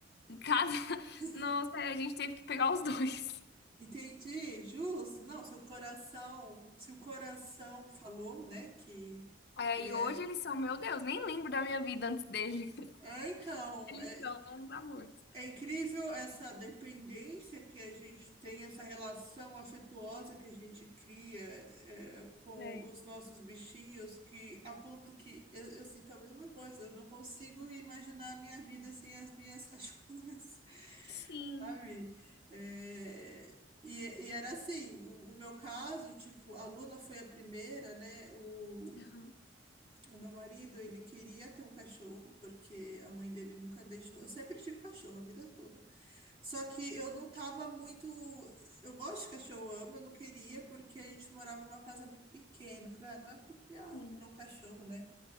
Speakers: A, on the left; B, on the right.
A: Em Cada <laughs>
B: <laughs>
A: Nossa, a gente teve que pegar os dois.
B: Entendi, justo. Não, seu coração, se o coração falou, né, que
A: Aí
B: que é
A: hoje eles são, meu Deus, nem lembro da minha vida antes deles. <laughs>
B: É, então,
A: Eles
B: é,
A: são uns amores.
B: É incrível essa dependência que a gente tem, essa relação afetuosa que a gente cria, é, com
A: É.
B: os nossos bichinhos, que a ponto que eu, eu sinto a mesma coisa, eu não consigo imaginar a minha vida sem as minhas <laughs> cachorrinhas,
A: Sim.
B: sabe? É, e, e era assim, o, o meu caso, tipo, a Luna foi a primeira, né? O,
A: Aham.
B: o meu marido, ele queria ter um cachorro, porque a mãe dele nunca deixou. Eu sempre tive cachorro a vida toda. Só que eu não tava muito. Eu gosto de cachorro, eu amo, eu não queria, porque a gente morava numa casa muito pequena. Eu falei, ah, não é apropriado
A: Sim.
B: para um cachorro, né?